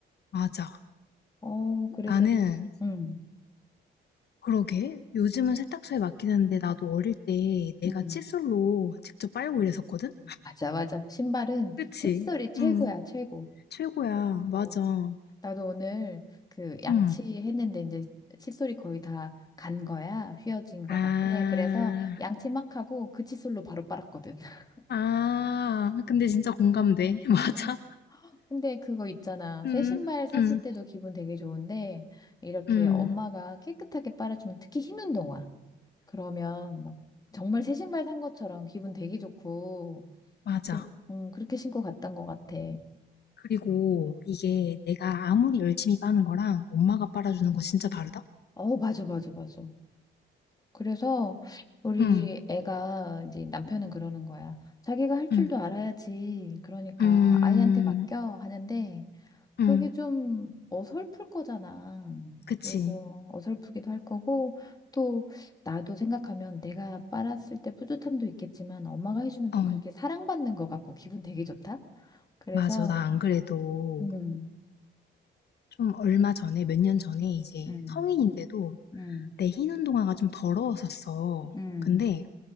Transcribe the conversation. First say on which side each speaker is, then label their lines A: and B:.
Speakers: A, on the left (about 55°); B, on the left (about 20°).
A: 맞아.
B: 어, 그래서,
A: 나는
B: 응.
A: 그러게. 요즘은 세탁소에 맡기는데 나도 어릴 때 내가
B: 응.
A: 칫솔로 직접 빨고 이랬었거든?
B: 맞아, 맞아. 신발은
A: 그치?
B: 칫솔이 최고야,
A: 응
B: 최고.
A: 최고야. 맞아.
B: 어, 나도 오늘 그 양치했는데
A: 응
B: 이제 칫솔이 거의 다 간 거야. 휘어진 거
A: 아.
B: 같아. 그래서 양치 막 하고 그 칫솔로 바로 빨았거든. <laughs>
A: 아. 근데 진짜 공감돼. <laughs> 맞아.
B: 어, 근데 그거 있잖아.
A: 응
B: 새 신발 샀을
A: 응
B: 때도 기분 되게 좋은데 이렇게
A: 응
B: 엄마가 깨끗하게 빨아주면 특히 흰 운동화. 그러면 막 정말 새 신발 산 것처럼 기분 되게 좋고
A: 맞아.
B: 그, 음, 그렇게 신고 갔던 것 같아.
A: 그리고 이게 내가 아무리 열심히 빠는 거랑 엄마가 빨아주는 거 진짜 다르다?
B: 어, 맞아, 맞아, 맞아. 그래서 우리
A: 응,
B: 애가 이제 남편은 그러는 거야. 자기가 할 줄도
A: 응,
B: 알아야지. 그러니까
A: 음,
B: 아이한테 맡겨 하는데 그게
A: 응,
B: 좀 어설플 거잖아.
A: 그치.
B: 그리고 어설프기도 할 거고 또 나도 생각하면 내가 빨았을 때 뿌듯함도 있겠지만 엄마가 해주면 또
A: 어,
B: 그렇게 사랑받는 것 같고 기분 되게 좋다. 그래서
A: 맞아. 나 안 그래도
B: 음,
A: 좀 얼마 전에, 몇 년 전에 이제
B: 음,
A: 성인인데도
B: 음,
A: 내 흰 운동화가 좀 더러웠었어.
B: 음,
A: 근데